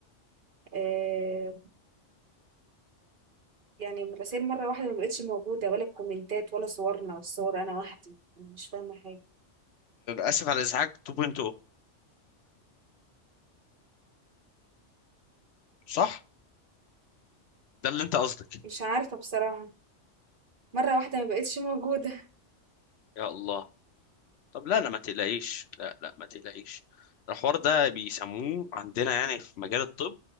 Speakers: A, on the right (about 45°); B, on the left (about 65°).
A: آه يعني الرسائل مره واحده ما بقتش موجوده ولا الكومنتات ولا صورنا والصور انا وحدي انا مش فاهمه حاجه
B: اسف على الازعاج 2.0 صح ده اللي انت قصدك
A: مش عارفه بصراحه مره واحده ما بقتش موجوده <laughs>
B: يا الله طب لا لا ما تقلقيش لا لا ما تقلقيش الحوار ده بيسموه عندنا يعني في مجال الطب